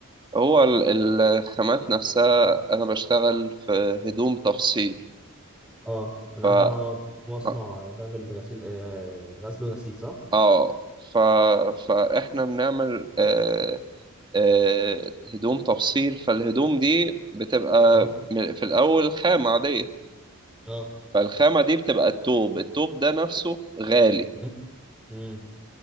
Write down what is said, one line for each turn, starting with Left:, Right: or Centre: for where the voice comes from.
Right: هو ال- الخامات نفسها انا بشتغل في هدوم تفصيل
Centre: اه انا
Right: ف
Centre: عارف ان ده اه مصنع
Right: مم.
Centre: بيعمل غسيل آه غسل ونسيج صح؟
Right: اه ف... فاحنا بنعمل آه آه هدوم تفصيل فالهدوم دي بتبقى
Centre: مم.
Right: من- في الاول خامة عادية
Centre: اه
Right: فالخامة دي بتبقى التوب التوب ده نفسه غالي
Centre: مم. مم.